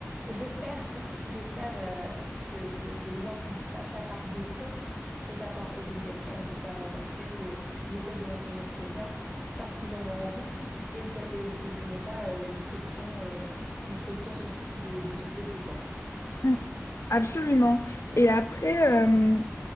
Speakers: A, in the centre; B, on the left.
A: euh, j'espère, <laughs> j'espère euh, que, que, que les gens font pas ça par défaut et pas par obligation. J'espère euh, en tout cas que qu'ils essaient de maintenir ce lien parce qu'ils en ont envie et, pa- et que ce n'est pas euh, une pression, euh, une pression soci- de, de société, quoi.
B: mhm, absolument. Et après, euh,